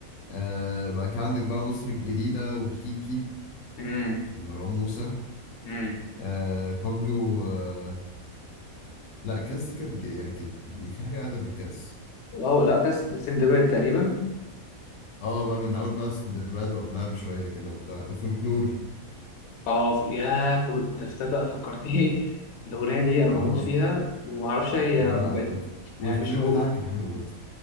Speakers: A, on the left; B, on the left.
A: آه بقى كان عندك بقى مصر الجديدة وكيكي
B: مم.
A: مروان موسى
B: مم.
A: آه بابلو آه لا كاس دي كانت ج- يعني كانت جديد في حاجة أقدم من كاس
B: اه لا كاس سندباد تقريبا
A: اه بقى من أول بقى سندباد وقبلها بشوية كده وبتاع فولكلور
B: اه في يا فل... انت تصدق فكرتني <laughs> الاغنيه دي انا
A: اه
B: بموت فيها وما اعرفش هي
A: وأنا
B: بقت
A: عامة والكليب
B: يعني مش مو...
A: بتاعها كان حلو برضه